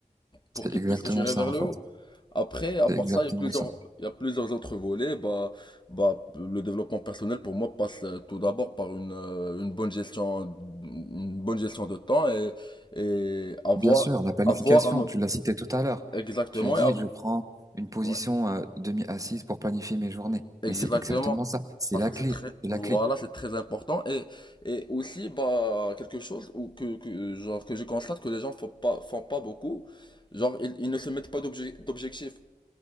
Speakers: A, on the left (about 35°); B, on the right (about 25°).
A: pour
B: C'est
A: qu'ils
B: exactement
A: puissent te tirer
B: ça
A: vers
B: en
A: le
B: fait.
A: haut. Après, à
B: C'est
A: part
B: exactement
A: ça, il y a plusieurs,
B: ça.
A: il y a plusieurs autres volets. Bah, bah, le développement personnel, pour moi, passe euh, tout d'abord par une, euh, une bonne gestion, une bonne gestion de temps et, et avoir,
B: Bien sûr, la planification,
A: avoir un, ob-
B: tu l'as cité tout à l'heure.
A: exactement,
B: Tu as dit,
A: et
B: je prends une position
A: Ouais,
B: euh, demi-assise pour planifier mes journées.
A: exactement.
B: Mais c'est exactement ça. C'est
A: Parce
B: la
A: que
B: clé.
A: c'est très,
B: C'est
A: voilà,
B: la clé.
A: c'est très important. Et, et aussi, bah, quelque chose où que, que, genre, que je constate que les gens font pas, font pas beaucoup. Genre, ils, ils ne se mettent pas d'obje- d'objectifs.